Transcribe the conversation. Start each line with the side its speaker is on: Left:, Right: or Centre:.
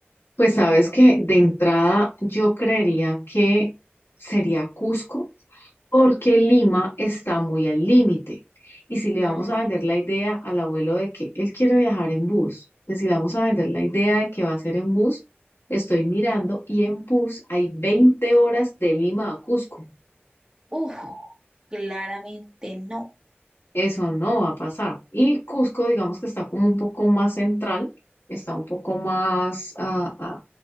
Left: Pues sabes que de entrada yo creería que sería Cusco porque Lima está muy al límite. Y si le
Right: Ajá.
Left: vamos a vender la idea al abuelo de que él quiere viajar en bus, que si le vamos a vender la idea de que va a ser en bus, estoy mirando y en bus hay 20 horas de Lima a Cusco.
Right: Uf, claramente no,
Left: Eso no va a pasar. Y Cusco, digamos que está como un poco más central, está un poco más ah, ah,